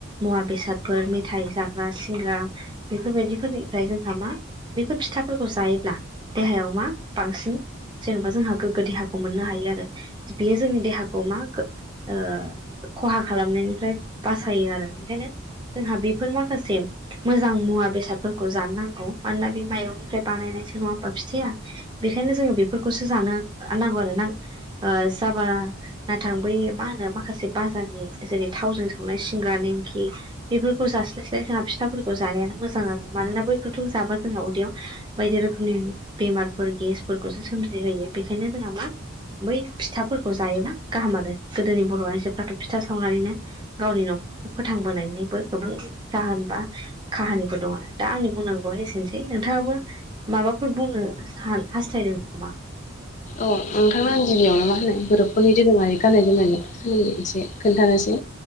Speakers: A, on the right; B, on the left.
A: मुवा बेसादफोर मेथायाइ जाग्रा सिंग्रा बेफोरबायदिफोरनिफ्राय जोंहा मा बेफोर फिथाफोरखौ जायोब्ला देहायाव मा बांसिन जेन'बा जोंहा गोग्गो देहाखौ मोननो हायो आरो बेयो जोंनि देहाखौ मा ओ खहा खालामनायनिफ्राय बासायो आरो ओंखायनो जोंहा बेफोरनि ससे मोजां मुवा बेसादफोरखौ जानो नांगौ मानोना बे माइरंनिफ्राय बानायनायसो नङा हा फिथाइया बेखायनो जोङो बेफोरखौसो जानो नांगौ आरो ओ ना जाबा नाथां बै मा होनो माखासे बाजारनि जेरै थावजों संनाय सिंग्रा नेमखि बेफोरखौ जास्लायस्लाय जोंहा फिथाफोरखौ जानायानो मोजां आरो मानोना बैखौथ' जाबा जोंहा उदैयाव बायदि रोखोमनि बेमारफोर गेसफोरखौसो सोमजिहोयो बेखायनो जोंहा मा बै फिथाफोरखौ जायोबा गाहाम आरो गोदोनि बर' आइजोफ्राथ' फिथा सावनानैनो गावनि न'खरखौ फोथांबोनायनिबो गोबां जाहोन बा काहानिफोर दं आरो दा आंनि बुंनांगौआ एसेनोसै नोंथाङाबो माबाफोर बुंनो हा-हास्थायदों नामा?
B: औ नोंथां आं गिबियावनो मा होनो बर'फोररनि दोरोङारि गान्नाय जोमनायनायनि सोमोन्दै एसे खोन्थानोसै